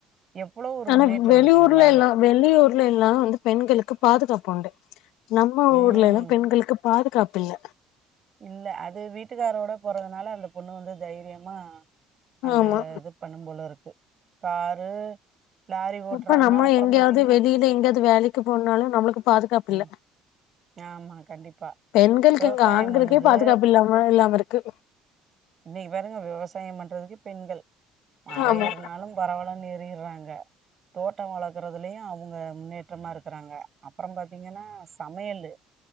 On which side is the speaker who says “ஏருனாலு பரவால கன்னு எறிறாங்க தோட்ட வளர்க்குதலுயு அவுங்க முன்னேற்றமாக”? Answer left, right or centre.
Right